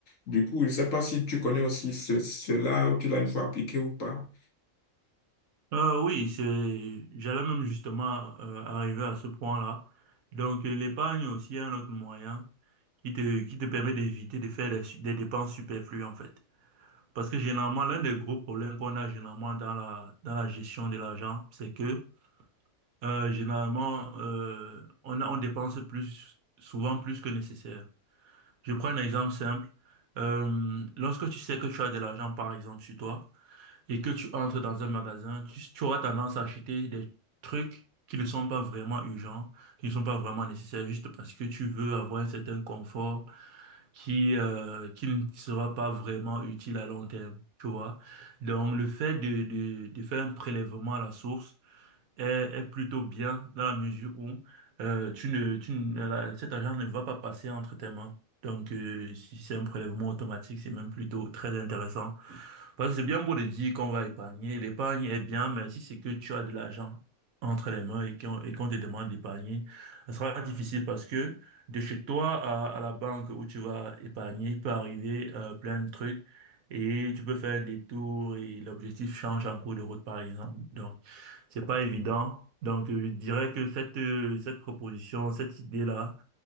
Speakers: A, on the left; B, on the right.
A: Du coup, je ne sais pas si tu connais aussi ce- cela ou tu l'as une fois appliqué ou pas.
B: Euh, oui, c'est, j'allais même justement euh, arriver à ce point-là. Donc, euh, l'épargne aussi est un autre moyen qui te, qui te permet d'éviter de faire des, su- des dépenses superflues, en fait. Parce que généralement, l'un des gros problèmes qu'on a généralement dans la, dans la gestion de l'argent, c'est que euh, généralement, euh, on, a- on dépense plus, souvent plus que nécessaire. Je prends un exemple simple. Euh, lorsque tu sais que tu as de l'argent, par exemple, sur toi, et que tu entres dans un magasin, tu, tu auras tendance à acheter des trucs qui ne sont pas vraiment urgents, qui ne sont pas vraiment nécessaires, juste parce que tu veux avoir un certain confort qui, euh, qui ne sera pas vraiment utile à long terme, tu vois. Donc, le fait de, de, de faire un prélèvement à la source est, est plutôt bien dans la mesure où euh, tu ne, tu ne- la- cet argent ne va pas passer entre tes mains. Donc, euh, si c'est un prélèvement automatique, c'est même plutôt très intéressant. Parce que c'est bien beau de dire qu'on va épargner. L'épargne est bien, mais si c'est que tu as de l'argent entre les mains et qu'on et qu'on te demande d'épargner, ça sera difficile parce que de chez toi à, à la banque où tu vas épargner, il peut arriver euh, plein de trucs et tu peux faire un détour et l'objectif change en cours de route, par exemple. Donc, c'est pas évident. Donc, euh, je dirais que cette, euh, cette proposition, cette idée-là,